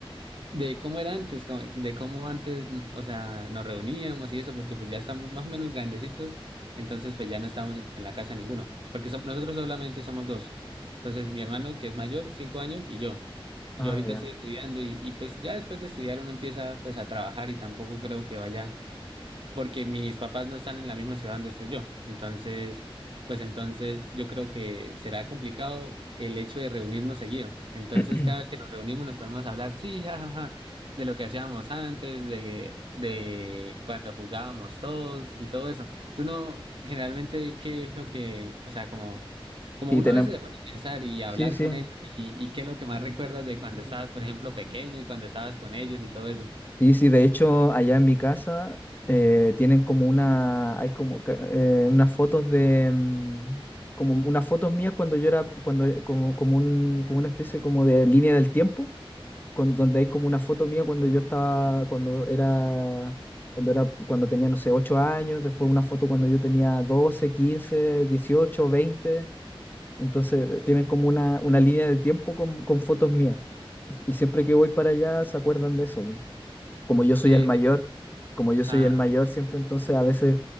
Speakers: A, on the right; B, on the left.
A: de cómo era antes, como- de cómo antes, n- o sea, nos reuníamos y eso, porque pues ya estamos más o menos grandecitos, entonces pues ya no estamos en la casa ninguno, porque som- nosotros solamente somos dos. Entonces mi hermano, que es mayor, cinco años, y yo.
B: Ah,
A: Yo ahorita
B: ya.
A: estoy estudiando y, y pues ya después de estudiar uno empieza pues a trabajar y tampoco creo que vaya porque mis papás no están en la misma ciudad donde estoy yo. Entonces, pues entonces yo creo que será complicado el hecho de reunirnos seguido. Entonces,
B: <clears throat>
A: cada vez que nos reunimos nos podemos hablar, sí, jajaja, de lo que hacíamos antes, de que- de cuando jugábamos todos y todo eso. Tú no, generalmente, ¿qué es lo que, o sea, como como
B: y
A: uno
B: tenemos.
A: a veces se pone a pensar y hablar
B: Sí, sí.
A: con ellos y, y qué es lo que más recuerdas de cuando estabas, por ejemplo, pequeño y cuando estabas con ellos y todo eso?
B: Sí, sí. De hecho, allá en mi casa eh, tienen como una. Hay como que, eh, unas fotos de. mm, como unas fotos mías cuando yo era. Cuando, como, como, un, como una especie como de línea del tiempo. con, donde hay como una foto mía cuando yo estaba, cuando era, cuando era, cuando tenía, no sé, 8 años, después una foto cuando yo tenía 12 15 18 veinte Entonces eh, tienen como una, una línea de tiempo con, con fotos mías. Y siempre que voy para allá se acuerdan de eso como yo soy
A: Sí,
B: el mayor,
A: sí.
B: como yo soy
A: Ah,
B: el mayor siempre, entonces a veces,